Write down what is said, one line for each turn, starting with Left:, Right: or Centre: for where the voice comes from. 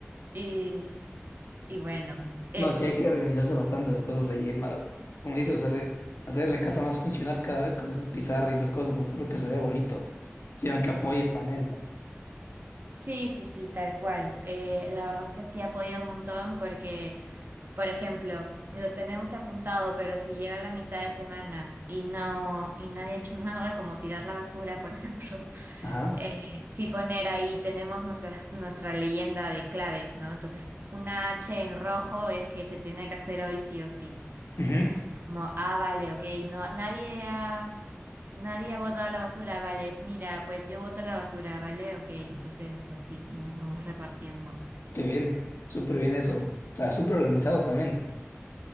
Right: Y, y bueno, eso.
Left: No, sí hay que organizarse bastantes cosas ahí, ma- como dices, o sea, le- hacer la casa más funcional cada vez con esas pizarras y esas cosas, no solo que se vea bonito, sino que apoye también.
Right: Sí, sí, sí, tal cual. Eh, la verdad es que sí apoya un montón porque, por ejemplo, lo tenemos apuntado, pero si llega la mitad de semana y no, y nadie ha hecho <laughs> nada, como tirar la basura, por ejemplo,
Left: Ajá.
Right: eh, sí poner ahí, tenemos nuestra, nuestra leyenda de claves, ¿no? Entonces, una H en rojo es que se tiene que hacer hoy sí o sí.
Left: Ujú.
Right: Entonces, como, ah, vale, ok, no, nadie ha, nadie ha botado la basura, vale, mira, pues yo boto la basura, vale, ok, entonces así, y nos vamos repartiendo.
Left: Qué bien, súper bien eso. O sea, súper organizado también.